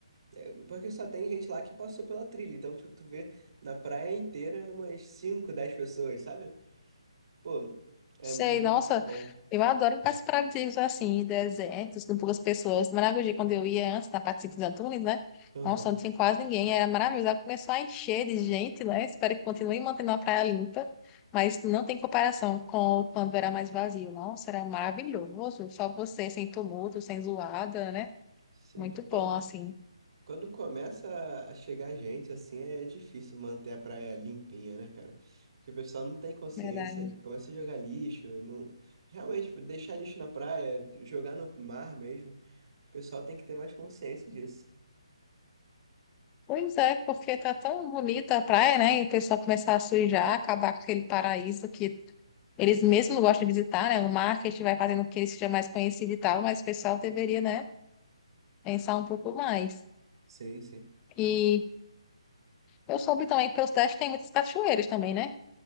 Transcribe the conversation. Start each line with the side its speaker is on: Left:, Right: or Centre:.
Right: É, porque só tem gente lá que passou pela trilha. Então, tipo, tu vê na praia inteira umas 5 10 pessoas, sabe? Pô, é
Left: Sei,
Right: muito
Left: nossa,
Right: bom.
Left: eu adoro lugares paradisíacos assim, desertos, com poucas pessoas. Maragogi, quando eu ia antes, na parte de Santos Antunes, né?
Right: Aham.
Left: Nossa, não tinha quase ninguém, era maravilhoso. Ela começou a encher de gente, né? Espero que continue mantendo a praia limpa, mas não tem comparação com quando era mais vazio. Nossa, era maravilhoso, só você, sem tumulto, sem zoada, né?
Right: Sim,
Left: Muito
Right: pô,
Left: bom,
Right: quando,
Left: assim.
Right: quando começa a chegar gente, assim, é difícil manter a praia limpinha, né, cara? Porque o pessoal não tem consciência
Left: Verdade.
Right: e começa a jogar lixo. Não... Realmente, tipo, deixar lixo na praia, jogar no mar mesmo. O pessoal tem que ter mais consciência disso.
Left: Pois é, porque tá tão bonita a praia, né? E o pessoal começar a sujar, acabar com aquele paraíso que Eles mesmo gostam de visitar, né? O marketing vai fazendo com que ele seja mais conhecido e tal, mas o pessoal deveria, né, pensar um pouco mais.
Right: Sim, sim.
Left: E eu soube também que pela cidade tem muitas cachoeiras também, né?